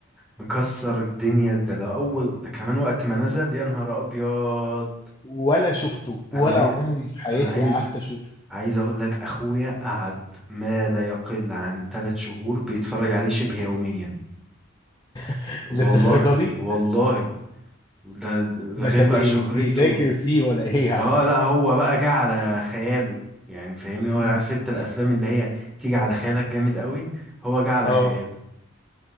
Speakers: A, in the centre; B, on the left.
A: مكسر الدنيا ده لو اول ده كمان وقت ما نزل يا نهار ابيض
B: ولا شفته ولا
A: انا عايز
B: عمري في حياتي
A: انا عايز
B: قعدت اشوفه
A: عايز اقول لك اخويا قعد ما لا يقل عن ثلاث شهور بيتفرج عليه شبه يوميا
B: <laughs>
A: والله
B: للدرجه دي
A: والله ده
B: ده
A: غير
B: كان
A: بقى
B: بي-
A: شهرته
B: بيذاكر فيه ولا ايه يا
A: اه
B: عم
A: لا هو بقى جه على خياله يعني فاهمني هو
B: مم.
A: عارف انت الافلام اللي هي تيجي على خيالك جامد قوي هو جه على
B: اه
A: خياله